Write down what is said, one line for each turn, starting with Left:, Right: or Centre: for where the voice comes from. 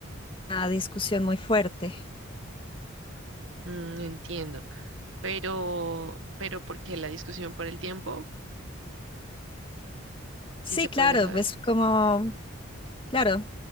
Left: una discusión muy fuerte.
Right: Mm, entiendo, pero, pero ¿por qué la discusión por el tiempo? Sí
Left: Sí,
Right: se puede
Left: claro,
Right: saber.
Left: pues como, claro.